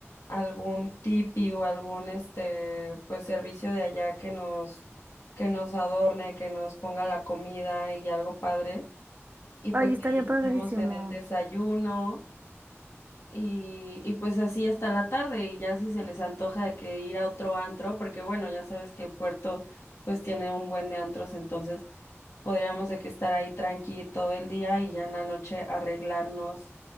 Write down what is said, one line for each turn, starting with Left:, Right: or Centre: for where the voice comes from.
Left: algún tipi o algún este, pues servicio de allá que nos que nos adorne, que nos ponga la comida y algo padre. Y
Right: Ay,
Left: pues
Right: estaría
Left: ahí
Right: padrísimo.
Left: estamos en el desayuno y, y pues así hasta la tarde y ya si se les antoja de que ir a otro antro, porque bueno, ya sabes que Puerto pues tiene un buen de antros, entonces podríamos de que estar ahí tranqui todo el día y ya en la noche arreglarnos